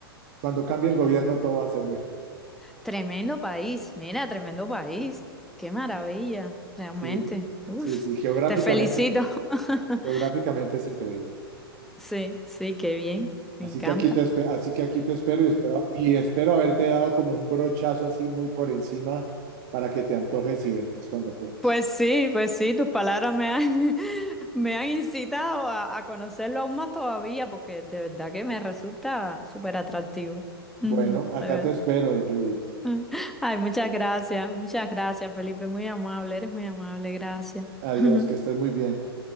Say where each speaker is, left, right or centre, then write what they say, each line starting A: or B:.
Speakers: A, on the right; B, in the centre.
A: cuando cambie el gobierno, todo va a ser mejor.
B: Tremendo país, mira, tremendo país. Qué maravilla, realmente.
A: Sí,
B: Uf,
A: sí, sí, geográficamente,
B: te felicito. <laughs>
A: geográficamente es increíble.
B: Sí, sí, qué bien, me
A: Así
B: encanta.
A: que aquí te espe- así que aquí te espero y espero y espero haberte dado como un brochazo así muy por encima para que te antojes y vengas cuando puedas.
B: Pues sí, pues sí, tus palabras me han, <laughs> me han incitado a, a conocerlo aún más todavía, porque de verdad que me resulta súper atractivo.
A: Bueno,
B: Ujú,
A: acá
B: de verdad.
A: te espero, Judith.
B: Ah, Ay, muchas gracias, muchas gracias, Felipe, muy amable, eres muy amable, gracias.
A: Adiós,
B: <laughs>
A: que estés muy bien.